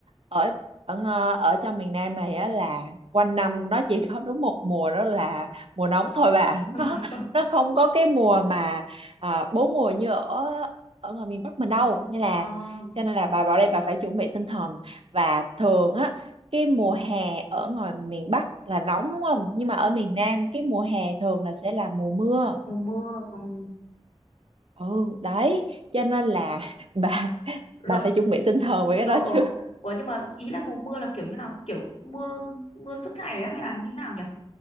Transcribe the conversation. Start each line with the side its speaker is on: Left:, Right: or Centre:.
Right: ở ở ng- ở trong miền Nam này á là quanh năm nó chỉ có đúng một mùa đó là mùa nóng thôi bà <laughs>
Left: <laughs>
Right: nó nó không có cái mùa mà à, bốn mùa như ở ở ngoài miền Bắc mình đâu nên là
Left: Ờ.
Right: cho nên là bà vào đây bà phải chuẩn bị tinh thần và thường á cái mùa hè ở ngoài miền Bắc là nóng đúng không nhưng mà ở miền Nam cái mùa hè thường là sẽ là mùa mưa
Left: mùa mưa ừ.
Right: ừ đấy cho nên là <laughs> bà
Left: rồi
Right: bà phải chuẩn bị tinh thần về cái
Left: ờ
Right: đó
Left: ờ
Right: chứ
Left: Ủa nhưng mà ý là mùa mưa là kiểu như nào kiểu mưa mưa suốt ngày á hay là như nào nhỉ